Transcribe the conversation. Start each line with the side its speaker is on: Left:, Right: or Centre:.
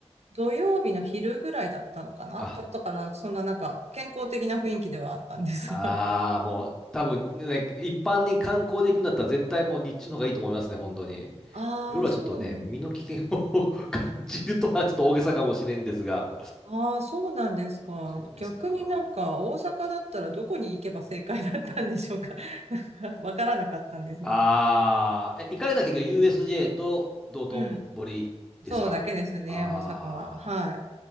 Right: 土曜日の昼ぐらいだったのかなだったから、
Centre: あ、
Right: そんななんか、健康的な雰囲気ではあったんですが。
Centre: ああ、
Right: <laughs>
Centre: もう多分ね、一般に観光で行くんだったら絶対もう日中の方がいいと思いますね、本当に。
Right: ああ、
Centre: 夜はちょっとね、
Right: そうなん
Centre: 身の危険を <laughs> 感じるとはちょっと大げさかもしれんですが。
Right: あああ、そうなんですか。
Centre: そうですよ。
Right: 逆になんか、大阪だったらどこに行けば正解だったんでしょうか。<laughs> なんか、わからなかったんですが。
Centre: ああ、え、行かれた結局 USJ と道頓堀ですか。
Right: うん。そうだけですね、
Centre: ああ、
Right: 大阪は。はい。